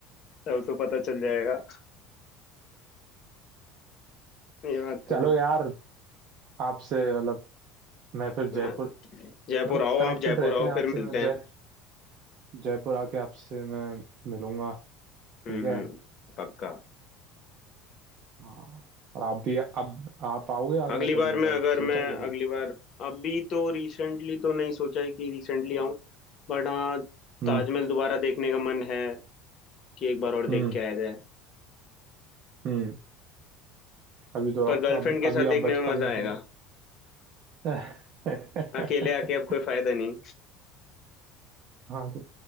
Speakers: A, on the left; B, on the right.
A: तब तो पता चल जाएगा ये बात तो
B: चलो
A: है
B: यार आपसे मतलब मैं फिर जयपुर
A: हाँ, जयपुर
B: मतलब
A: आओ
B: कनेक्टेड
A: आप जयपुर
B: रहते
A: आओ
B: हैं आपसे
A: फिर मिलते
B: मैं जय
A: हैं
B: जयपुर आके आपसे मैं मिलूंगा
A: हम्म
B: ठीक है
A: हम्म पक्का
B: हाँ और आप भी अब आप आओगे आगरा
A: अगली
B: कभी
A: बार
B: मतलब
A: मैं अगर
B: अब सोचा
A: मैं
B: है कभी
A: अगली बार अभी तो रिसेंटली तो नहीं सोचा है कि रिसेंटली आऊं बट हाँ
B: हम्म
A: ताजमहल दोबारा देखने का मन है कि एक बार और
B: हम्म
A: देख के आया जाए
B: हम्म अभी तो
A: पर गर्लफ्रेंड
B: अभी
A: के
B: अभी
A: साथ देखने
B: आप बचपन
A: में मजा
B: में-
A: आएगा
B: <laughs>
A: अकेले आके अब कोई फायदा नहीं
B: हाँ तो